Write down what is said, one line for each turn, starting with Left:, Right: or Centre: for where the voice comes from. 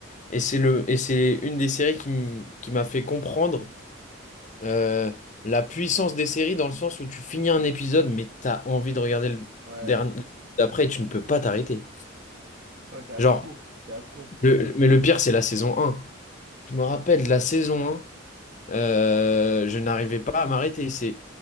Left: Et c'est le, et c'est une des séries qui m- qui m'a fait comprendre euh, la puissance des séries dans le sens où tu finis un épisode, mais t'as envie de regarder le
Right: Ouais.
Left: dernier d'après et tu ne peux pas t'arrêter.
Right: Ouais, t'es accro,
Left: Genre,
Right: t'es accro.
Left: le- mais le pire, c'est la saison un. Je me rappelle de la saison un. Euh, je n'arrivais pas à m'arrêter. C'est...